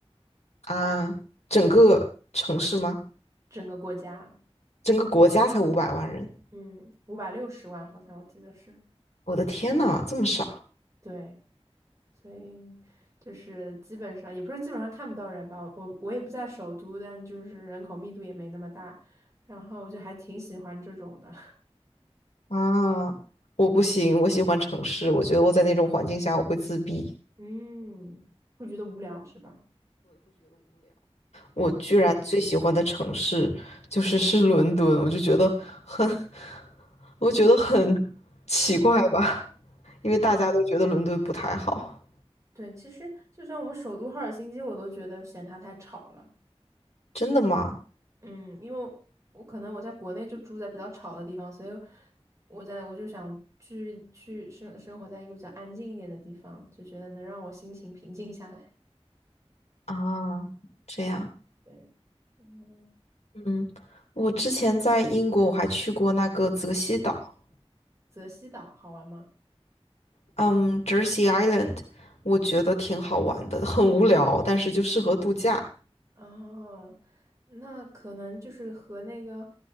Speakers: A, on the left; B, on the right.
A: 啊，整个城市吗？
B: 整个国家，
A: 整个国家才五百万人，
B: 嗯，五百六十万好像我记得是，
A: 我的天呐，这么少
B: 对，所以就是基本上，也不是基本上看不到人吧，我我也不在首都，但就是人口密度也没那么大，然后我就还挺喜欢这种的，
A: 啊！我不行，我喜欢城市，我觉得我在那种环境下我会自闭。
B: <laughs> 嗯会觉得无聊是吧？嗯，
A: 我居然最喜欢的城市就是是伦敦，我就觉得很，<laughs> 我觉得很奇怪吧，因为大家都觉得伦敦不太好。
B: 对，其实就算我们首都赫尔辛基，我都觉得嫌它太吵了。
A: 真的吗？
B: 嗯，因为我可能我在国内就住在比较吵的地方，所以我在我就想去去生生活在一个比较安静一点的地方，就觉得能让我心情平静下来。
A: 啊，这样，
B: 对，嗯，
A: 嗯，我之前在英国我还去过那个泽西岛，
B: 泽西岛好玩吗？
A: 嗯，j e r s e y Island，我觉得挺好玩的，很无聊，但是就适合度假。
B: 啊，那可能就是和那个